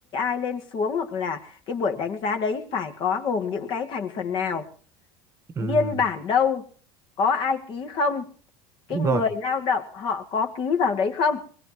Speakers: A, on the left; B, on the right.
A: i lên xuống hoặc là cái buổi đánh giá đấy phải có gồm những cái thành phần nào,
B: ừ
A: biên bản đâu, có ai ký không, cái
B: đúng
A: người
B: rồi
A: lao động họ có ký vào đấy không?